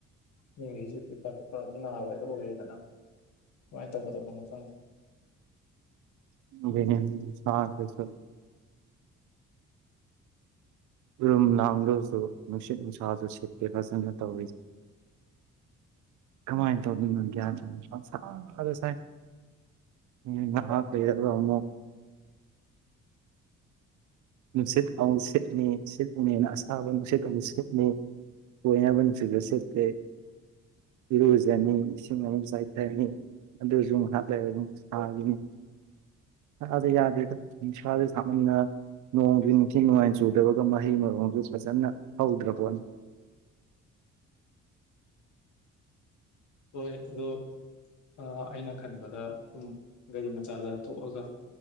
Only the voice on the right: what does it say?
<unintelligible> ꯔꯨꯝ ꯅꯥꯡꯗꯣꯁꯨ ꯅꯨꯡꯁꯤꯠ ꯅꯨꯡꯁꯥꯖꯨ ꯁꯤꯠ ꯐꯦꯐꯥꯁ ꯆꯪꯗꯅ ꯇꯧꯌꯦ ꯀꯃꯥꯏꯅ ꯇꯧꯗꯣꯏꯅꯣ ꯒ꯭ꯌꯥꯟ <inaudible> ꯑꯥ ꯑꯗꯣ ꯁꯦꯡ ꯎꯝ ꯅꯍꯥ ꯀꯩ ꯍꯥꯏꯕ ꯑꯃꯨꯛ ꯅꯨꯡꯁꯤꯠ ꯑꯃꯨ ꯁꯤꯠꯅꯤ ꯁꯤꯠꯂꯤꯅꯦꯅ ꯑꯁꯥꯕ ꯅꯨꯡꯁꯤꯠ ꯑꯃꯨꯛ ꯁꯤꯠꯅꯤ ꯑꯣꯏꯅꯕ ꯁꯤꯗ ꯁꯤꯠꯇꯦ ꯏꯔꯨꯖꯅꯤ ꯏꯁꯤꯡ ꯑꯃꯨꯛ ꯆꯥꯏꯊꯔꯅꯤ ꯑꯗꯨꯖꯩ ꯉꯥꯏꯍꯛ ꯂꯩꯔ ꯁꯥꯒꯤꯅꯤ ꯁꯥꯖꯦ ꯌꯥꯗꯦꯗ ꯅꯨꯡꯁꯥꯖꯦ ꯁꯥꯃꯟꯅ ꯅꯣꯡꯖꯨ ꯏꯟꯊꯤ ꯅꯨꯡꯉꯥꯏ ꯆꯨꯗꯕꯒ ꯃꯍꯩ ꯃꯔꯣꯡꯖꯨ ꯐꯖꯅ ꯍꯧꯗ꯭ꯔꯄꯣꯠꯅꯤ